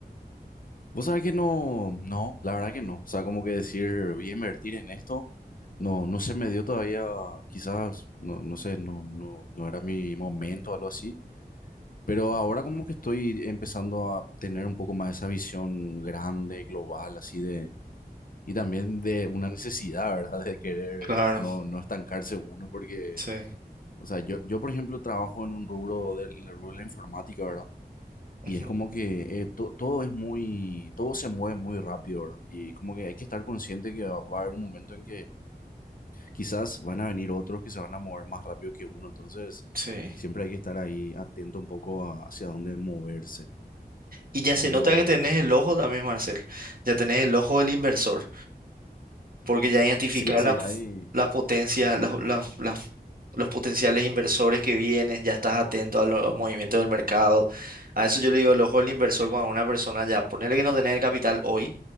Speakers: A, on the left (about 55°); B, on the right (about 60°).
A: Vos sabés que no, no, la verdad que no. O sea, como que decir, voy a invertir en esto, no, no se me dio todavía, quizás, no, no sé, no, no, no era mi momento o algo así. Pero ahora como que estoy empezando a tener un poco más esa visión grande, global, así de, y también de una necesidad, ¿verdad? De querer
B: Claro,
A: no, no estancarse uno, porque,
B: sí.
A: o sea, yo, yo por ejemplo trabajo en un rubro del, en el rubro de la informática, ¿verdad?
B: ujú,
A: Y es como que eh, to- todo es muy, todo se mueve muy rápido, ¿verdad? Y como que hay que estar consciente que va, va a haber un momento en que quizás van a venir otros que se van a mover más rápido que uno, entonces
B: Sí.
A: siempre hay que estar ahí atento un poco a- hacia dónde moverse.
B: Y ya se
A: Pero
B: nota que tenés el ojo también, Marcel. Ya tenés el ojo del inversor. porque ya identificar
A: sí, sí,
B: las,
A: hay...
B: las potencias, las, las- las- los potenciales inversores que vienen, ya estás atento a los movimientos del mercado. A eso yo le digo el ojo del inversor cuando una persona ya, ponele que no tenés el capital hoy,